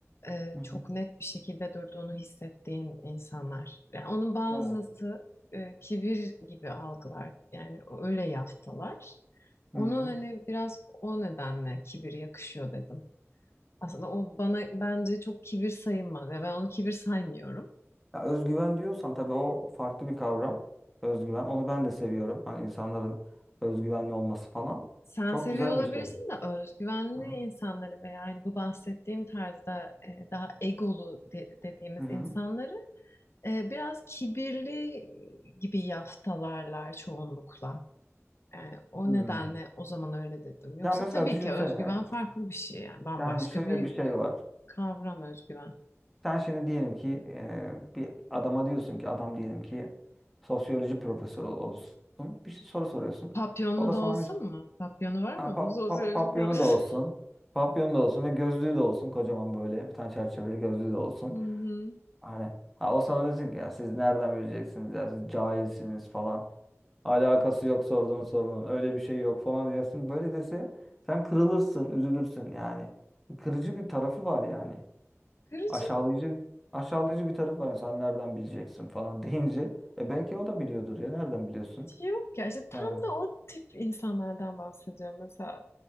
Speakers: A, on the left; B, in the centre.
A: e,
B: Hı hı.
A: çok net bir şekilde durduğunu hissettiğim insanlar. Yani onun bazısı
B: Evet.
A: e, kibir gibi algılar. Yani öyle yaftalar.
B: Hı
A: Onu
B: hı.
A: hani biraz o nedenle kibir yakışıyor dedim. Aslında o bana bence çok kibir sayılmaz. Yani ben onu kibir saymıyorum.
B: Ya özgüven diyorsan tabii o farklı bir kavram. Özgüven. Onu ben de seviyorum. Hani insanların özgüvenli olması falan.
A: Sen
B: Çok
A: seviyor
B: güzel
A: olabilirsin
B: bir şey.
A: de özgüvenli
B: Hı hı.
A: insanları veya yani bu bahsettiğim tarzda e, daha egolu de- dediğimiz
B: Hı hı.
A: insanları E, biraz kibirli gibi yaftalarlar çoğunlukla. Yani o
B: Hmm.
A: nedenle o zaman öyle dedim. Yoksa
B: Ya mesela
A: tabii
B: düşünsene.
A: ki özgüven farklı bir şey yani bambaşka
B: Yani şöyle
A: bir
B: bir şey var.
A: kavram özgüven.
B: Sen şimdi diyelim ki eee, bir adama diyorsun ki adam diyelim ki sosyoloji profesörü olsun. Bir şey soru soruyorsun.
A: Papyonlu
B: O da
A: da
B: sana
A: olsun
B: hiç-
A: mu? Papyonu var
B: ha,
A: mı
B: pap,
A: bu sosyoloji
B: pap- papyonu
A: profesörü?
B: da olsun. Papyonu da olsun ve gözlüğü de olsun. Kocaman böyle bir tane çerçeveli gözlüğü de olsun.
A: <laughs> Hı hı.
B: Hani ha, o sana desin ki ya siz nereden bileceksiniz ya siz cahilsiniz falan. Alakası yok sorduğun sorunun. Öyle bir şey yok falan diyorsun. Böyle dese sen kırılırsın, üzülürsün yani. Kırıcı bir tarafı var yani.
A: Kırıcı
B: Aşağılayıcı aşağılayıcı bir taraf var. Yani Sen nereden bileceksin falan <laughs> deyince e belki o da biliyordur ya. Nereden biliyorsun?
A: şey Yok ya işte tam
B: Ya.
A: da o tip insanlardan bahsediyorum mesela.